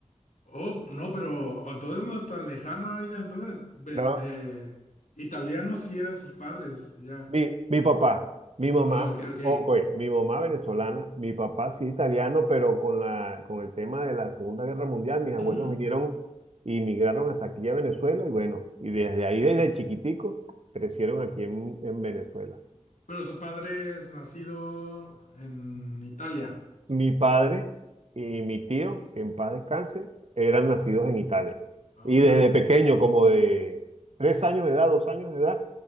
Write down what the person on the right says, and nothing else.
Nada-
Mi, mi papá, mi mamá,
ok, mi mamá venezolana, mi papá sí italiano, pero con la, con el tema de la Segunda Guerra Mundial, mis abuelos
vinieron y migraron hasta aquí a Venezuela y bueno, y desde ahí, desde chiquitico, crecieron aquí en, en Venezuela.
Mi padre y mi tío, que en paz descanse, eran nacidos en Italia. Y
desde pequeño, como de tres años de edad, dos años de edad,